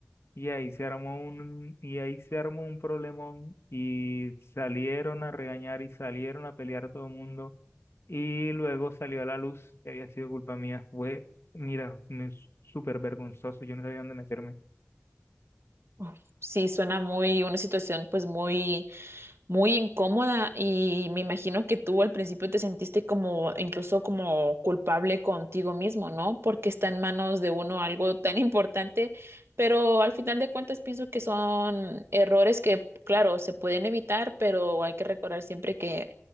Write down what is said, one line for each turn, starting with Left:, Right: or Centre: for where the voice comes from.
Left: Y ahí se armó un, y ahí se armó un problemón y salieron a regañar y salieron a pelear todo el mundo y luego salió a la luz que había sido culpa mía. Fue, mira, me súper vergonzoso, yo no sabía dónde meterme.
Right: Uf, Sí, suena muy, una situación pues muy muy incómoda y me imagino que tú al principio te sentiste como incluso como culpable contigo mismo, ¿no? Porque está en manos de uno algo tan <laughs> importante, pero al final de cuentas pienso que son errores que, claro, se pueden evitar, pero hay que recordar siempre que